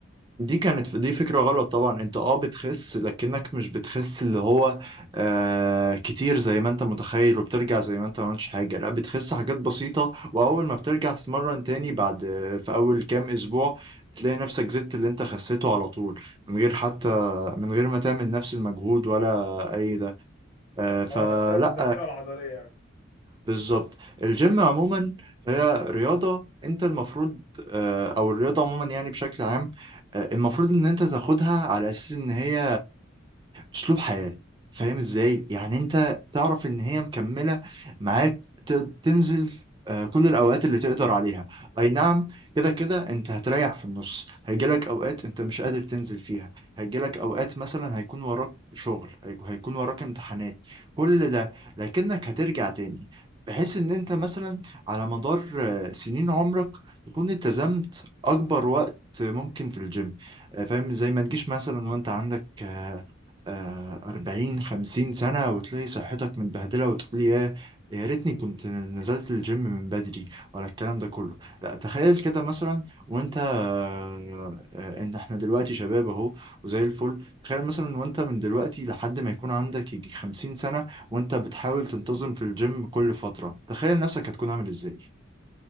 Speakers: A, on the right; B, on the left.
A: دي كانت دي فكرة غلط طبعا انت اه بتخس لكنك مش بتخس اللي هو آه كتير زي ما انت متخيل وبترجع زي ما انت ما عملتش حاجة لا بتخس حاجات بسيطة واول ما بترجع تتمرن تاني بعد في اول كام اسبوع تلاقي نفسك زدت اللي انت خسيته على طول من غير حتى من غير ما تعمل نفس المجهود ولا اي ده آه فلا
B: اه ده بسبب الذاكرة العضلية يعني.
A: بالظبط الجيم عموما هي رياضة انت المفروض آه، او الرياضة عموما يعني بشكل عام آه، المفروض ان انت تاخدها على اساس ان هي اسلوب حياة فاهم ازاي يعني انت تعرف ان هي مكملة معاك ت- تنزل آه، كل الاوقات اللي تقدر عليها اي نعم كده كده انت هتريح في النص هيجيلك اوقات انت مش قادر تنزل فيها هيجيلك اوقات مثلا هيكون وراك شغل هي- هيكون وراك امتحانات كل ده لكنك هترجع تاني بحيث ان انت مثلا على مدار آه، سنين عمرك تكون التزمت اكبر وقت ممكن في الجيم آه، فاهم زي ما تجيش مثلا وانت عندك آه، آه، أربعين خمسين سنة وتلاقي صحتك متبهدلة وتقول يا يا ريتني كنت نزلت الجيم من بدري ولا الكلام ده كله لا تخيل كده مثلا وانت آه، آه، ان احنا دلوقتي شباب اهو وزي الفل تخيل مثلا وانت من دلوقتي لحد ما يكون عندك يجي خمسين سنة وانت بتحاول تنتظم في الجيم كل فترة تخيل نفسك هتكون عامل ازاي